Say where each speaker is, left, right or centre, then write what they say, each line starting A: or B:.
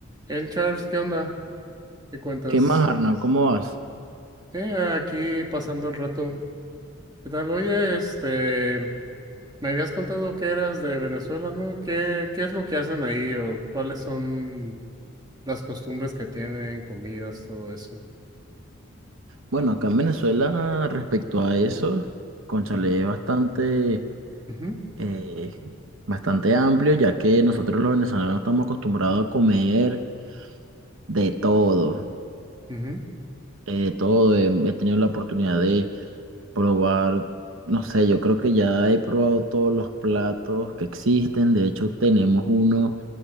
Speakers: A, on the right; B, on the right.
A: El Charles, ¿qué onda? ¿Qué cuentas?
B: ¿Qué más, Arnold? ¿Cómo vas?
A: Eh, aquí pasando el rato. ¿Qué tal? Oye, este, me habías contado que eras de Venezuela, ¿no? ¿Qué, qué es lo que hacen ahí o cuáles son las costumbres que tienen, comidas, todo eso?
B: Bueno, acá en Venezuela, respecto a eso, cónchale,
A: Mm,
B: es bastante,
A: Ujú,
B: eh, bastante amplio, ya que nosotros los venezolanos estamos acostumbrados a comer de todo,
A: ujú,
B: eh, de todo. He, he tenido la oportunidad de probar, no sé, yo creo que ya he probado todos los platos que existen. De hecho, tenemos uno